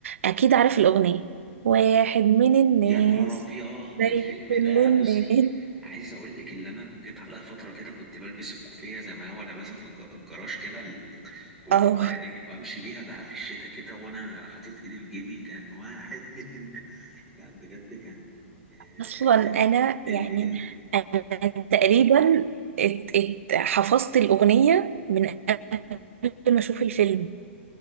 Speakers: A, on the right; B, in the centre.
A: اكيد عارف الأغنية واحد من الناس
B: يا نهار ابيض
A: زي
B: الفيلم
A: كل
B: ده
A: الناس
B: بصي عايز اقول لك اللي انا جيت عليا فتره كده كنت بلبس الكوفيه زي ما هو لابسها في الج- الجراج كده ال- واقعد
A: اه
B: بقى ايه وامشي بيها بقى في الشتاء كده وانا حاطط ايدي في جيبي كان واحد من ال... لا بجد كان آه،
A: اصلا انا
B: فيلم
A: يعني
B: جامد
A: انا تقريبا ات ات حفظت الاغنيه من قبل ما اشوف الفيلم